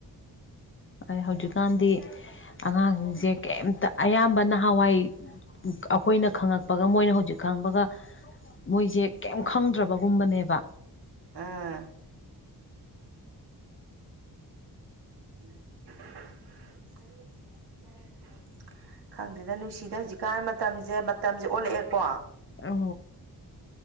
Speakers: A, on the left; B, on the right.
A: ꯑ ꯍꯧꯖꯤꯛꯀꯥꯟꯗꯤ ꯑꯉꯥꯡꯁꯤꯡꯁꯦ ꯀꯩꯝꯇ ꯑꯌꯥꯝꯕ ꯅꯍꯥꯟꯋꯥꯏ ꯑꯩꯈꯣꯏꯅ ꯈꯉꯛ ꯍꯥꯄꯒ ꯃꯣꯏꯅ ꯍꯧꯖꯤꯛ ꯈꯪꯕꯒ ꯃꯣꯏꯁꯦ ꯀꯩꯝ ꯈꯪꯗ꯭ꯔꯕꯒꯨꯝꯕꯅꯦꯕ
B: ꯑꯥ <unintelligible> ꯈꯪꯗꯦꯗ ꯅꯨꯡꯁꯤꯗ ꯍꯧꯖꯤꯛꯀꯥꯟ ꯃꯇꯝꯁꯦ ꯃꯇꯝꯁꯦ ꯑꯣꯜꯂꯛꯑꯦꯀꯣ
A: ꯑ